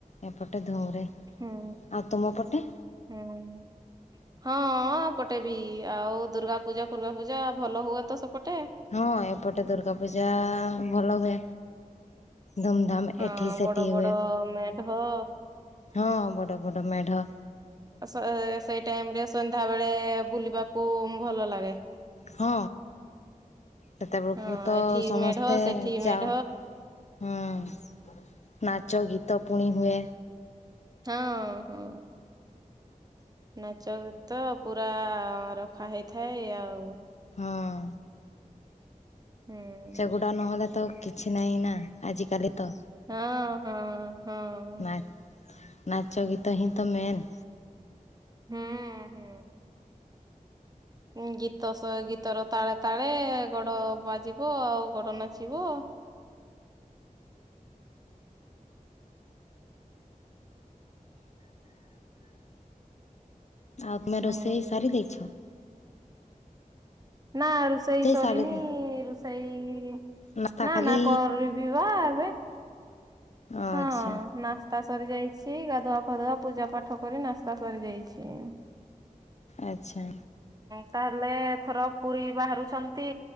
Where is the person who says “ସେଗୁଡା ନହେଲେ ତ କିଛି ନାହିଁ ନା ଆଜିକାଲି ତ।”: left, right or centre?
Left